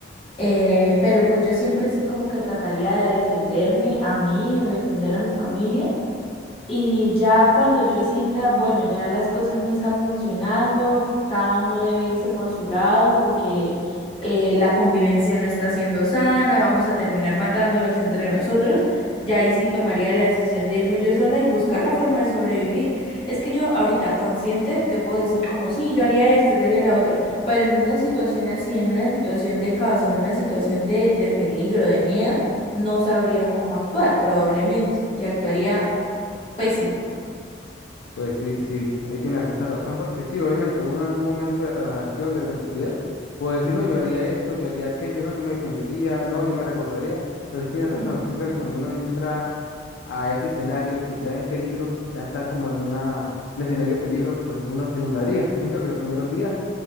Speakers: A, on the left; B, on the left.
A: Eh, pero pues yo siempre sí como que trataría de defenderme a mí, de defender a mi familia. Y ya cuando yo sienta, bueno, ya las cosas no están funcionando, cada uno debe irse por su lado porque eh, la convivencia no está siendo sana, vamos a terminar matándonos entre nosotros, ya ahí sí tomaría la decisión de irme yo sola y buscar la forma de sobrevivir. Es que yo ahorita consciente te puedo decir como, sí, yo haría esto, yo haría la otro, pero en una situación así, en una situación de caos, en una situación de, de peligro, de miedo, no sabría cómo actuar probablemente y actuaría pésimo.
B: Pues sí, sí, ahí tienes bastante razón, porque sí, obviamente uno en un momento de relajación, de tranquilidad, puede decir, no, yo haría esto, yo haría aquello, no, yo me defendería, no, yo me resguardaría, pero sí tienes razón,
A: Mm,
B: siento que cuando uno entra a ese escenario, pero ya en peligro, ya está como en una, un escenario de peligro, pues uno se nublaría, siento que los primeros días